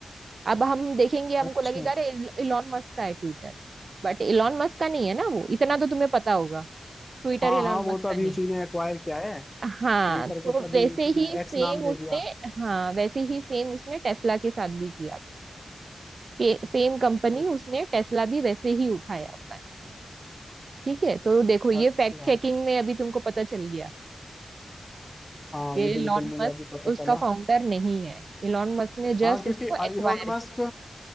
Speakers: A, on the right; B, on the left.
A: अब हम देखेंगे हमको
B: अच्छा
A: लगेगा अरे इलॉन मस्क का है ट्विटर बट इलॉन मस्क का नहीं है ना वो इतना तो तुम्हें पता होगा ट्विटर
B: हाँ
A: इलॉन
B: हाँ वो
A: मस्क
B: तो अभी
A: का नहीं
B: उसी
A: है
B: ने एक्वायर किया है
A: हाँ
B: ट्विटर
A: तो
B: को तो अभी
A: वैसे
B: उसने
A: ही
B: एक्स
A: सेम
B: नाम दे
A: उसने
B: दिया
A: हाँ वैसे ही सेम उसने टेस्ला के साथ भी किया कि सेम कंपनी
B: अ-
A: उसने टेस्ला भी वैसे ही उठाया हुआ है ठीक है तो देखो ये
B: अच्छा
A: फैक्ट चेकिंग
B: अच्छा
A: में अभी तुमको पता चल गया
B: हाँ
A: कि
B: ये बिल्कुल
A: इलॉन
B: मुझे
A: मस्क
B: अभी पता
A: उसका
B: चला
A: फाउंडर नहीं है इलॉन मस्क ने जस्ट
B: हाँ क्योंकि
A: उसको एक्वायर
B: इलोन मस्क